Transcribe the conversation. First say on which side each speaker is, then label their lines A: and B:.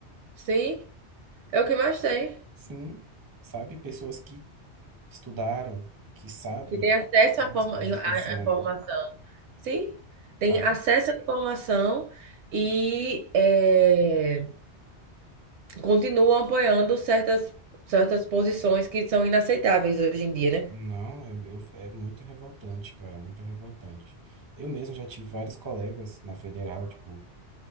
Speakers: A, on the right; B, on the right.
A: Sim, é o que mais tem,
B: sim, sabe? Pessoas que estudaram, que sabem
A: que tem acesso
B: como
A: à forma,
B: as coisas
A: à
B: funcionam,
A: informação. Sim,
B: sabe?
A: tem acesso à informação e é, continuam apoiando certas, certas posições que são inaceitáveis hoje em dia, né?
B: Não, eu, eu- é muito revoltante, cara, muito revoltante. Eu mesmo já tive vários colegas na federal, tipo,